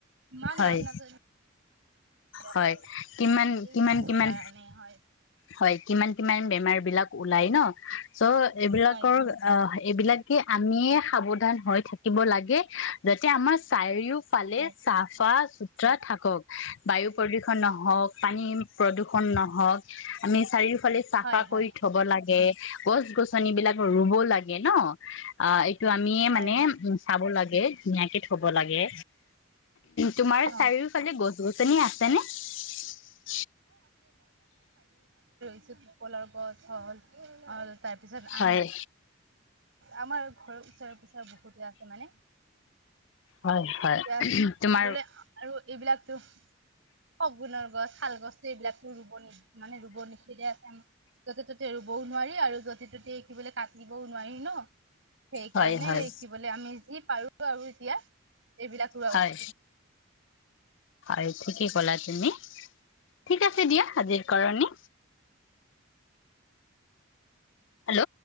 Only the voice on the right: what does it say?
ইমান
নাম নাজানো জাম
আৰু
এইবিলাকৰ
কাৰণে হয়
হয় হয়
হয়
হয় হয়
হয়
হয়
অ
কলৰ গছ হল আৰু তাৰপিছত
আম আমাৰ ঘৰৰ ওচৰে পোচৰে বহুতে আছে মানে
এতিয়া
সুবলে আৰু এইবিলাকতো শগুনৰ গছ শাল গছো এইবিলাকো টো ৰুব নিদিয়ে মানে ৰুব নিষেধে আছে য'তে ত'তে ৰুবও নোৱাৰি আৰু য'তে ততে দেখিবলৈ কাটি- বও নোৱাৰি ন সেইকাৰণে
কি বোলে আমি যি পাৰো বাৰু এতিয়া। এইবিলাক ৰোৱা
উচিত।